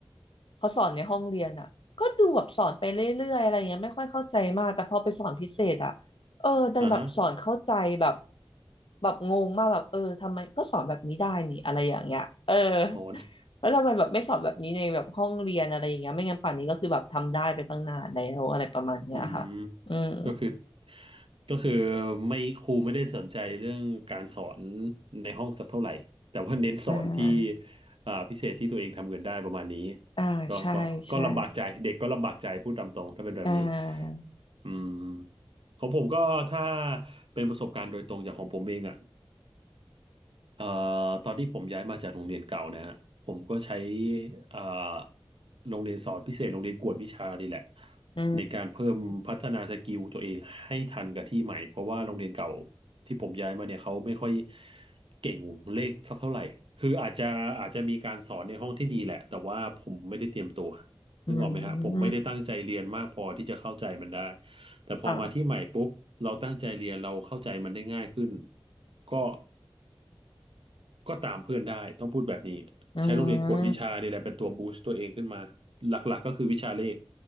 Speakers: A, on the left (about 65°); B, on the right (about 70°).
A: เขาสอนในห้องเรียนอะก็ดูแบบสอนไปเรื่อยๆอะไรเงี้ยไม่ค่อยเข้าใจมากแต่พอไปสอนพิเศษอะเออดันแบบสอนเข้าใจแบบ
B: อ่าฮะ
A: แบบงงมากแบบเออทำไมก็สอนแบบนี้ได้นี่อะไรอย่างเงี้ยเออ
B: อ๋อ
A: แล้วทำไมแบบไม่สอนแบบนี้ในแบบห้องเรียนอะไรอย่างเงี้ยไม่งั้นป่านนี้ก็คือแบบทำได้ไปตั้งนานแล้วอะไรประมาณเนี้ยค่ะอืม
B: อืมก็คือก็คือไม่ครูไม่ได้สนใจเรื่องการสอนในห้องสักเท่าไหร่ แต่ว่าเน้นสอนที่
A: อ่า
B: อ่าพิเศษที่ตัวเองทำเงินได้ประมาณนี้
A: อ่าใช่ใช่
B: ก็ก็ก็ลำบากใจ เด็กก็ลำบากใจพูดตามตรงถ้าเป็นแบบนี้
A: อ่า
B: อืมของผมก็ถ้าเป็นประสบการณ์โดยตรงจากของผมเองอ่ะ เอ่อตอนที่ผมย้ายมาจากโรงเรียนเก่านะฮะผมก็ใช้เอ่อโรงเรียนสอนพิเศษโรงเรียนกวดวิชานี่แหละ
A: อื
B: ในการเพิ่มพัฒนาสกิลตัวเองให้ทันกับที่ใหม่เพราะว่าโรงเรียนเก่า
A: ม
B: ที่ผมย้ายมาเนี่ยเขาไม่ค่อยเก่งเลขสักเท่าไหร่คืออาจจะอาจจะมีการสอนในห้องที่ดีแหละแต่ว่าผมไม่ได้เตรียมตัว
A: อืม
B: นึกออกไหมฮะผมไม่ได้ตั้งใจเรียนมากพอที่จะเข้าใจมันได้แต่พอมาที่ใหม่ปุ๊บเราตั้งใจเรียนเราเข้าใจมันได้ง่ายขึ้น
A: ค่ะ
B: ก็ ก็ตามเพื่อนได้ต้องพูดแบบนี้ใช้โรงเรียนกวดวิชานี่แหละเป็นตัวบูสต์ตัวเองขึ้นมาหลักๆก็คือวิชาเลข
A: อืม